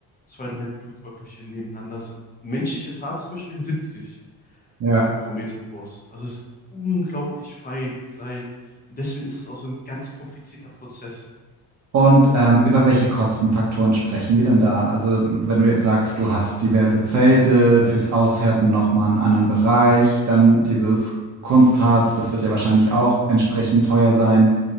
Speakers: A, on the left; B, on the right.
A: zwei, drei Blutkörperchen nebeneinander sind. Ein menschliches Haar zum Beispiel ist 70
B: ja.
A: Mikrometer groß. Also es ist unglaublich fein und klein. Und deswegen ist das auch so ein ganz komplizierter Prozess.
B: Und ähm, über welche Kostenfaktoren sprechen wir denn da? Also, wenn du jetzt sagst, du hast diverse Zelte fürs Aushärten nochmal einen anderen Bereich, dann dieses Kunstharz, das wird ja wahrscheinlich auch entsprechend teuer sein.